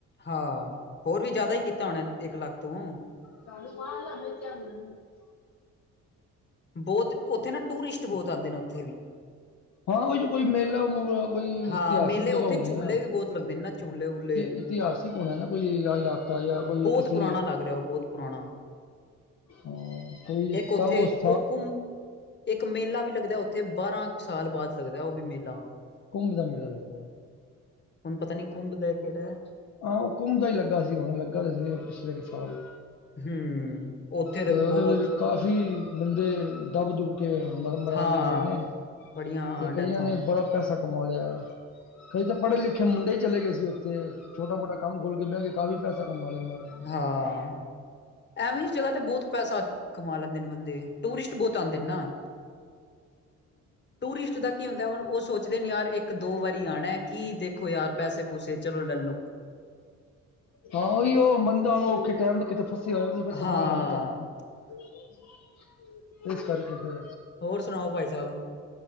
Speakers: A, on the left (about 35°); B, on the left (about 60°).
A: ਹਾਂ ਹੋਰ ਵੀ ਜ਼ਿਆਦਾ ਹੀ ਕੀਤਾ ਹੁਣ ਇੱਕ ਲੱਖ ਤੋਂ।
B: ਚਾਨੂੰ ਬਾਹ ਲ ਮ ਤੇ <unintelligible>
A: ਬਹੁਤ ਉੱਥੇ ਨਾ ਟੂਰਿਸਟ ਬਹੁਤ ਆਉਂਦੇ ਨੇ ਉੱਥੇ ਵੀ।
B: ਹਾਂ ਉਹ ਜੋ ਕੋਈ ਮੇਲਾ ਮੁਲਾ ਕੋਈ
A: ਹਾਂ
B: ਇਤਿਹਾਸਿਕ
A: ਮੇਲੇ
B: ਜਗ੍ਹਾ
A: ਉੱਥੇ
B: ਹੋਣੀ
A: ਝੂਲੇ
B: ਹੈ ਨਾ।
A: ਵੀ ਬਹੁਤ ਲੱਗਦੇ ਨੇ ਨਾ ਝੂਲੇ ਵੂਲੇ
B: ਤੇ ਇਤਿਹਾਸਿਕ ਹੋਣਾ ਨਾ ਕੋਈ ਇਲਾਕਾ ਜਾਂ ਕੋਈ
A: ਬਹੁਤ
B: ਕਿਸੇ
A: ਪੁਰਾਣਾ ਲੱਗ ਰਿਹਾ ਉਹ ਬਹੁਤ ਪੁਰਾਣਾ
B: ਹਾਂ, ਕੋਈ
A: ਇੱਕ ਉੱਥੇ
B: ਤਾਂ ਉਸ
A: ਉਹ ਘੁੰਮ, ਇੱਕ ਮੇਲਾ ਵੀ ਲੱਗਦਾ ਉੱਥੇ ਬਾਰਾਂ ਕੁ ਸਾਲ ਬਾਅਦ ਲੱਗਦਾ ਉਹ ਵੀ ਮੇਲਾ।
B: ਕੁੰਭ ਦਾ ਮੇਲਾ ਲੱਗਦਾ।
A: ਹੁਣ ਪਤਾ ਨੀ ਕੁੰਭ ਦਾ ਕਿਹੜਾ
B: ਆਹ ਉਹ ਕੁੰਭ ਦਾ ਹੀ ਲੱਗਾ ਸੀ। ਹੁਨ ਲੱਗਾ ਸੀ ਪਿਛਲੇ ਕੁ ਸਾਲ।
A: ਹਮ ਉੱਥੇ ਤਾਂ
B: ਤੇ ਉਹਦੇ
A: ਬਹੁਤ
B: ਵਿੱਚ ਕਾਫੀ ਬੰਦੇ ਦੱਬ- ਦੁੱਬ। ਮਰਣ ਮਰਾਨ
A: ਹਾਂ,
B: ਦੀ ਗੇਮ ਵੇ। ਨੇ
A: ਬੜੀਆਂ ਹਾਂ
B: ਤੇ ਕਈਆਂ
A: ਡੈਥਾਂ
B: ਨੇ
A: ਹੋਈਆਂ।
B: ਬੜਾ ਪੈਸਾ ਕਮਾ ਲਿਆ। ਕਈ ਤਾਂ ਪੜ੍ਹੇ- ਲਿਖੇ ਮੁੰਡੇ ਹੀ ਚਲੇ ਗਏ ਸੀ ਉੱਥੇ। ਛੋਟਾ ਕੰਮ ਖੋਲ ਕੇ ਬਹਿ ਗਏ। ਤਾਂ ਵੀ ਪੈਸਾ ਕਮਾ ਲਿਆ ਉਹਨਾਂ ਨੇ।
A: ਹਾਂ। ਐਵੇਂ ਹੀ ਜਗ੍ਹਾ ਤੇ ਬਹੁਤ ਪੈਸਾ ਕਮਾ ਲੈਂਦੇ ਨੇ ਬੰਦੇ। ਟੂਰਿਸਟ ਬਹੁਤ ਆਉਂਦੇ ਨੇ ਨਾ। ਟੂਰਿਸਟ ਦਾ ਕੀ ਹੁੰਦੈ ਹੁਣ, ਉਹ ਸੋਚਦੇ ਨੇ ਯਾਰ ਇੱਕ ਇੱਕ -ਦੋ ਵਾਰੀ ਆਉਣਾ ਕੀ ਦੇਖੋ ਯਾਰ ਪੈਸੇ- ਪੂਸੇ ਚਲੋ ਲੈਲੋ।
B: ਹਾਂ ਉਹੀ ਉਹ ਬੰਦਾ ਉਹਨੂੰ ਔਖੇ ਟੈਮ ਦੇ ਕਿਤੇ ਫਸੇ ਹੋਏ ਉਹਨੂੰ ਫਿਰ ਸਮਾਨ
A: ਹਾਂ,
B: ਲੈਣਾ ਬੰਦਾ। ਇਸ ਕਰਕੇ ਫਿਰ,
A: ਹੋਰ ਸੁਣਾਓ ਭਾਈ ਸਾਹਿਬ?